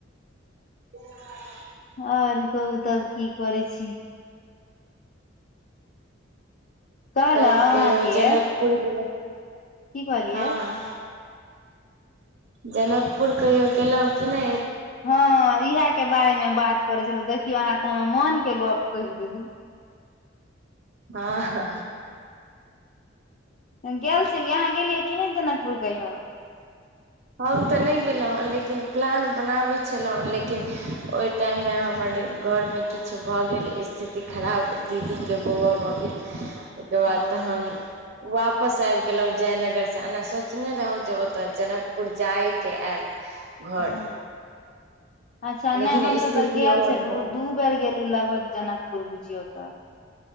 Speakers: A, on the right; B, on the left.
A: <inaudible>
B: आओर कहु तब कि करै छी कहलहु
A: तब कहियो
B: अहाँके
A: जनकपुर गेले
B: की कहलियै
A: हँ जनकपुर कहियो गेलौ कि नै
B: हँ इहे के बारे मे बात करे छलु देखियो अहाँ तऽ हमर मोन के गप कैह देलु
A: आहा
B: हं गेल छलियै अहाँ गेलियै कि नै जनकपुर कहियो
A: हम तऽ नै गेलहुँ लेकिन प्लान बनाबै छलहुँ लेकिन ओहि टाइमे हमर घर में किछ भऽ गेल स्थिति खराब दीदी के बौआ भऽ गेल
B: <inaudible>
A: जो बा
B: अच्छा
A: त हम वापस आइब गेलहुं जयनगर से ओना सोचने रहौ जे ओतऽ जनक पुर जइके आयब घर।
B: ह अच्छा
A: लेकिन
B: नै हमसभ
A: स्थिति
B: तऽ गेल
A: ओहन
B: छलु
A: भऽ गेल
B: दू बेर गेलु लगभग जनक। पुर रबुजिय तऽ।